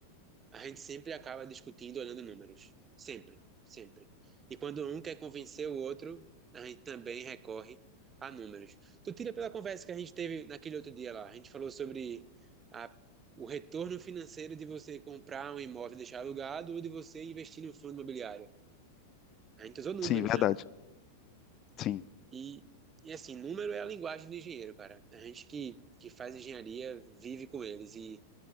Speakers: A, on the right; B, on the left.
A: A gente sempre acaba discutindo olhando números. Sempre, sempre. E quando um quer convencer o outro, a gente também recorre a números. Tu tira pela conversa que a gente teve naquele outro dia lá. A gente falou sobre a- o retorno financeiro de você comprar um imóvel e deixar alugado ou de você investir no fundo imobiliário. A gente usou números,
B: Sim, verdade.
A: né?
B: Sim.
A: E, e assim, número é a linguagem do engenheiro, cara. A gente que, que faz engenharia vive com eles. E